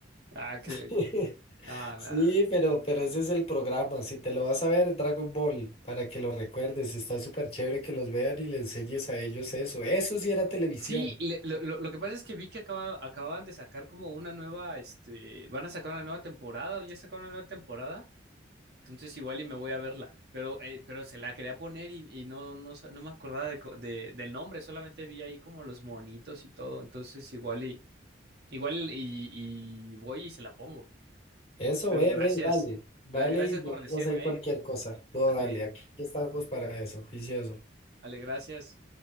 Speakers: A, on the right; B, on the left.
A: Ah, que,
B: <laughs>
A: nada,
B: Sí,
A: nada.
B: pero, pero ese es el programa. Si te lo vas a ver, es Dragon Ball, para que lo recuerdes. Está súper chévere que los vean y le enseñes a ellos eso. Eso sí era televisión.
A: Sí, le- lo, lo- lo que pasa es que vi que acaba- acababan de sacar como una nueva, este, van a sacar una nueva temporada o ya sacaron una nueva temporada, entonces igual y me voy a verla, pero, eh, pero se la quería poner y, y no, no, sa- no me acordaba de, co- de- del nombre, solamente vi ahí como los monitos y todo, entonces igual y, igual y, y voy y se la pongo,
B: Eso,
A: pero
B: ve,
A: gracias,
B: ve, dale. Dale
A: Gra- gracias
B: y me
A: por
B: avisas
A: decirme,
B: ahí cualquier
A: ¿eh?
B: cosa. No, dale,
A: Dale,
B: aquí estamos para eso, juicioso.
A: dale, gracias.